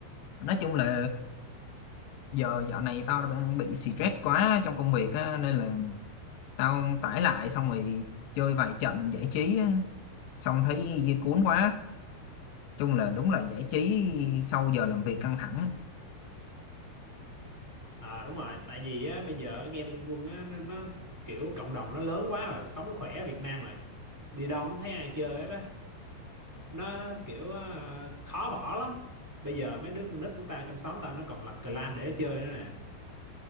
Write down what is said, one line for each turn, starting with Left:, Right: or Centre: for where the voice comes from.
Left: Nói chung là giờ dạo này tao đang bị stress quá trong công việc á nên là tao tải lại xong rồi chơi vài trận giải trí á, xong thấy cuốn quá. Chung là đúng là giải trí sau giờ làm việc căng thẳng á.
Right: À đúng rồi, tại vì á bây giờ game Liên Quân á nó, nó kiểu cộng đồng nó lớn quá rồi, sống khỏe ở Việt Nam rồi. Đi đâu cũng thấy ai chơi hết á. Nó kiểu ờ, khó bỏ lắm. Bây giờ mấy đứa con nít của tao trong xóm tao nó còn lập clan để chơi nữa nè.